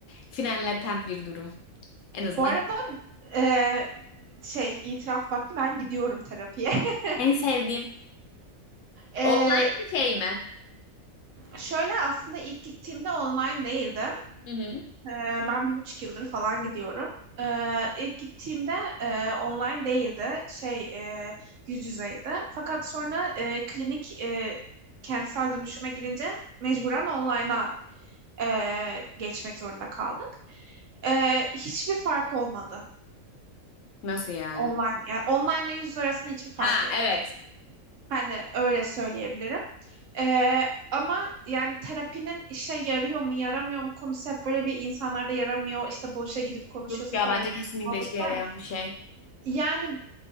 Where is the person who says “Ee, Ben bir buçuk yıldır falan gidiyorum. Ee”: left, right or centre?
Right